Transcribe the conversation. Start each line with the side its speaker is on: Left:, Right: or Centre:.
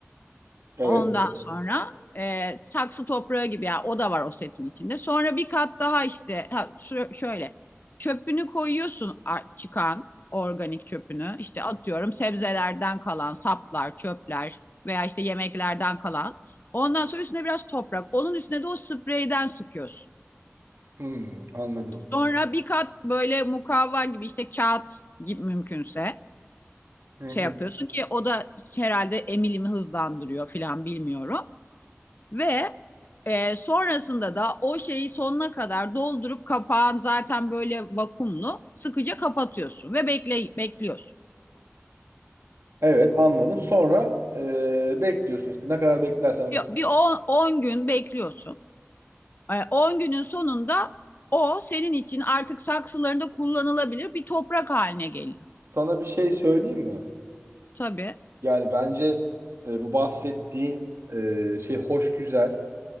Right: Evet.
Left: Ondan sonra e, saksı toprağı gibi ya yani o da var o setin içinde. Sonra bir kat daha işte ha, şöyle çöpünü koyuyorsun çıkan organik çöpünü. İşte atıyorum sebzelerden kalan saplar, çöpler veya işte yemeklerden kalan. Ondan sonra üstüne biraz toprak. Onun üstüne de o spreyden sıkıyorsun.
Right: Hmm, anladım.
Left: Sonra bir kat böyle mukavva gibi işte kağıt gibi mümkünse
Right: Hı
Left: şey
Right: hı.
Left: yapıyorsun ki o da herhalde emilimi hızlandırıyor filan bilmiyorum. Ve e, sonrasında da o şeyi sonuna kadar doldurup kapağın zaten böyle vakumlu sıkıca kapatıyorsun ve bekle bekliyorsun.
Right: Evet anladım. Sonra e, bekliyorsun işte ne kadar beklersen.
Left: Bir, bir 10 gün bekliyorsun. 10 günün sonunda o senin için artık saksılarında kullanılabilir bir toprak haline geliyor.
Right: Sana bir şey söyleyeyim mi?
Left: Tabii.
Right: Yani bence e, bu bahsettiğin e, şey hoş güzel.